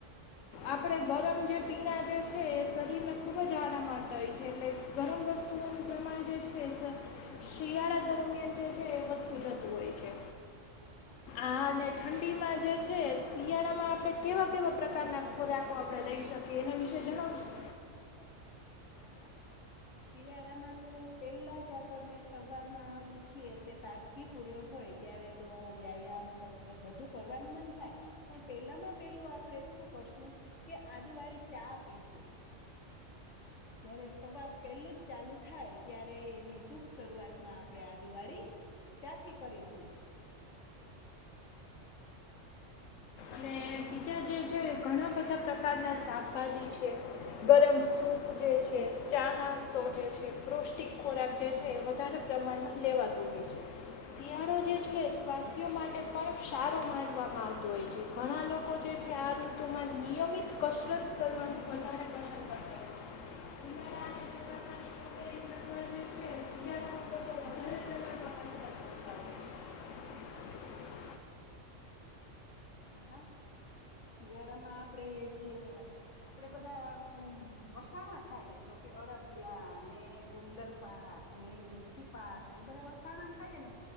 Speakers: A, on the left; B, on the left.
A: આપણે ગરમ જે પીણા જે છે એ શરીરને ખુબ જ આરામ આવતા હોય છે એટલે ગરમ વસ્તુઓનું પ્રમાણ જે છે શિયાળા દરમિયાન જે છે એ વધતું જતું હોય છે આ અને
B: હા
A: ઠંડીમાં જે ખેેશ શિયાળામાં આપણે કેવા કેવા પ્રકારના ખોરાકો આપણે લઈ શકીએ એના વિશે જણાવશું
B: હા હા શિયાળામાં તો પેલા જ આપણને સવારમાં ઉઠીએ એટલે તાજગી પૂર્ણ હોય ત્યારે તો વ્યાયામ કસરત બધું કરવાનું મન થાય પણ પેલામાં પેલું આપણે શું કરશું કે આદુ વાળી ચા પીશું જયારે સવાર પહેલું જ ચાલુ થાય ત્યારે એની શુભ શરૂઆતમાં આપણે આદુવાળી ચા થી કરીશું
A: અને બીજા જે છે ઘણા બધા પ્રકારના શાકભાજી છે ગરમ સૂપ જે છે ચા નાસ્તો જે છે પૌષ્ટિક ખોરાક જે છે એ વધારે પ્રમાણમાં લેવાતો હોય છે શિયાળો જે છે સ્વાસ્થ્ય માટે પણ સારો માનવામાં આવતો હોય છે ઘણા લોકો કો જે છે આ ઋતુમાં નિયમિત કસરત કરવાનું વધારે પસંદ કરતા હોય છે ઉનાળા અને ચોમાસા ની કસરત શિયાળા માં લોકો વધારે પ્રમાણમાં કસરત કરતા હોય છે
B: હા શિયાળામાં આપણેે જે આપડે બધા વસાણા ખાઈએ જોકે અડદિયા ને ગુંદર પાક ને મેથી પાક ને એ બધા વસાણા ખાઈએ ને